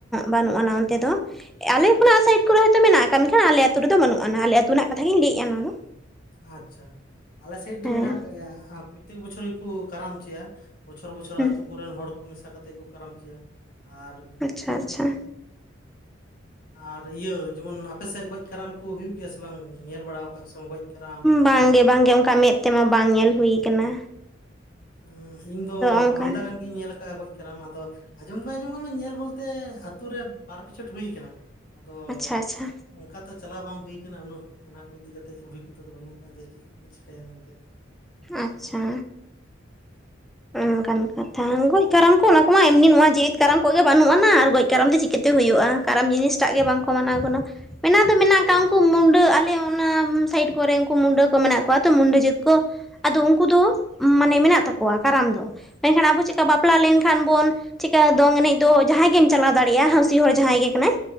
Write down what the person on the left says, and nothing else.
ᱟᱪᱪᱷᱟ
ᱟᱪᱪᱷᱟ ᱟᱞᱮ ᱥᱟᱭᱤᱴ
ᱫᱚ ᱢᱮᱱᱟᱜ ᱠᱟᱜ-ᱟ᱾ ᱯᱨᱚᱛᱛᱮᱠ ᱵᱚᱪᱷᱚᱨ ᱜᱮᱠᱚ ᱠᱟᱨᱟᱢ ᱦᱚᱪᱚᱭᱟ ᱵᱚᱪᱷᱚᱨ ᱵᱚᱪᱷᱚᱨ
ᱟᱹᱛᱩᱳ ᱠᱚᱨᱮᱱ ᱦᱚᱲ ᱠᱚ ᱢᱮᱥᱟ ᱠᱟᱛᱮ ᱮᱫ ᱠᱚ ᱠᱟᱨᱟᱢ ᱦᱚᱪᱚᱭᱟ ᱟᱨ
ᱟᱨ ᱤᱭᱟᱹ ᱡᱚᱢᱚᱱ ᱟᱯᱮ ᱥᱮᱫ ᱜᱚᱡ ᱠᱟᱨᱟᱢ ᱠᱚ ᱦᱩᱭᱩᱜ ᱜᱮᱭᱟ ᱥᱮ ᱵᱟᱝ? ᱧᱮᱞ ᱵᱟᱲᱟ ᱠᱟᱜ ᱢᱮ ᱥᱮ ᱵᱟᱝ ᱜᱚᱡ ᱠᱟᱨᱟᱢ
ᱩᱸ ᱤᱧ ᱫᱚ
ᱟᱢᱫᱟ ᱜᱟᱱ ᱜᱤᱧ ᱧᱮᱞ ᱠᱟᱜ-ᱟ ᱜᱚᱡ ᱠᱟᱱᱟ ᱱᱚᱫᱚ ᱟᱸᱡᱚᱢ ᱫᱚ ᱵᱟᱭ ᱟᱸᱡᱚᱢ ᱠᱟᱜ ᱟ ᱧᱮᱞ ᱵᱚᱞᱛᱮ ᱟᱛᱳ ᱨᱮ ᱵᱟᱨ ᱯᱮᱪᱷᱚᱴ ᱦᱩᱭ ᱠᱟᱱᱟ᱾ ᱟᱫᱚ᱾
ᱚᱝᱠᱟ ᱛᱚ ᱪᱟᱞᱟᱣ ᱵᱟᱝ ᱦᱩᱭᱩ ᱟᱠᱟᱱᱟ᱾ ᱩᱱᱟᱹᱜ ᱚᱱᱟ ᱠᱚ ᱤᱫᱤ ᱠᱟ ᱠᱟᱛᱮ ᱮᱫ ᱚᱵᱷᱤᱜᱚᱛᱟ ᱫᱚ ᱵᱟᱹᱱᱩᱜ ᱠᱟᱜᱼᱟ ᱡᱮ ᱪᱮᱫ ᱠᱚ ᱪᱮᱤᱠᱟᱹᱭᱟ ᱢᱮᱱᱛᱮ᱾
<inaudible>
ᱦᱳᱭ